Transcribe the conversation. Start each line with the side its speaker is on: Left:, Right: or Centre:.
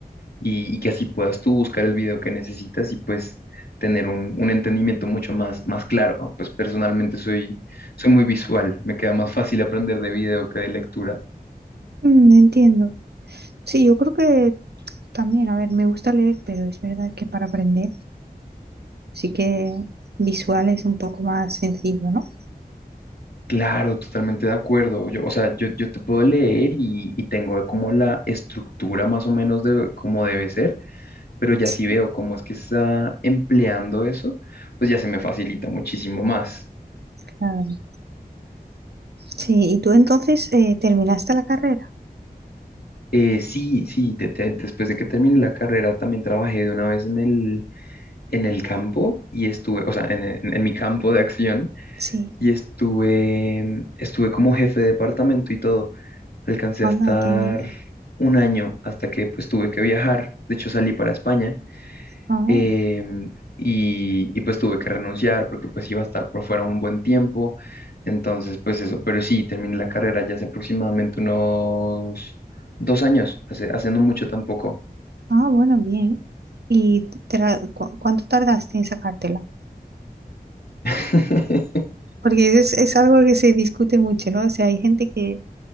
Left: y, y que así puedas tú buscar el video que necesitas y pues tener un, un entendimiento mucho más, más claro. ¿no? Pues personalmente soy, soy muy visual, me queda más fácil aprender de video que de lectura.
Right: Mm, entiendo. Sí, yo creo que también, a ver, me gusta leer, pero es verdad que para aprender sí que visual es un poco más sencillo, ¿no?
Left: Claro, totalmente de acuerdo. Yo, o sea, yo, yo te puedo leer y, y tengo como la estructura más o menos de cómo debe ser, pero ya
Right: Sí,
Left: si veo cómo es que se está empleando eso, pues ya se me facilita muchísimo más.
Right: claro. Sí, ¿y tú entonces eh, terminaste la carrera?
Left: Eh, sí, sí, de- de- después de que terminé la carrera también trabajé de una vez en el, en el campo y estuve, o sea, en, en en mi campo de acción
Right: Sí.
Left: y estuve, estuve como jefe de departamento y todo. Alcancé
Right: Anda,
Left: a estar
Right: qué bien.
Left: un año hasta que pues tuve que viajar. De hecho, salí para España
Right: Ah.
Left: em, y, y, pues tuve que renunciar porque pues iba a estar por fuera un buen tiempo. Entonces, pues eso, pero sí, terminé la carrera ya hace aproximadamente unos dos años, hace, hace no mucho tampoco.
Right: Ah, bueno, bien. ¿Y te la- cu- cuánto tardaste en sacártela?
Left: <laughs>
Right: Porque es, es algo que se discute mucho, ¿no? O sea, hay gente que,